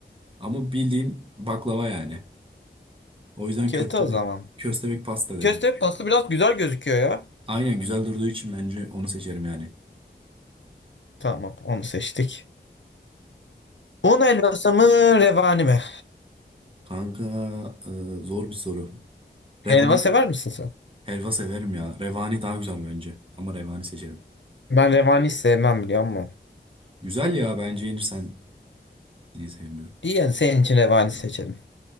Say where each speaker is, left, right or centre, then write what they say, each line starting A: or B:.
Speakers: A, on the right (about 30°); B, on the left (about 80°).
A: Ama bildiğin baklava yani. O yüzden
B: kötü
A: köstebek,
B: o zaman.
A: köstebek pasta derim.
B: Köstebek pastası biraz güzel gözüküyor ya.
A: Aynen güzel durduğu için bence onu seçerim yani.
B: Tamam, onu seçtik. Un helvası mı, revani mi?
A: Kanka e, zor bir soru.
B: Helva
A: Revan
B: sever misin sen?
A: helva severim ya. Revani daha güzel bence. Ama revani seçerim.
B: Ben revani sevmem biliyor musun?
A: Güzel ya bence yenir sen. Niye sevmiyorsun?
B: İyi yani senin için revani seçelim.